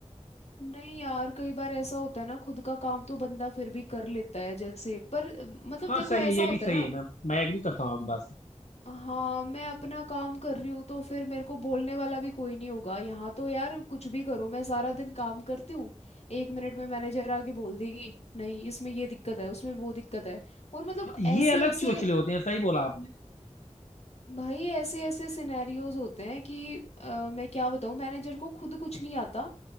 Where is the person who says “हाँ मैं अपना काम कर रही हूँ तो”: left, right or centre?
Left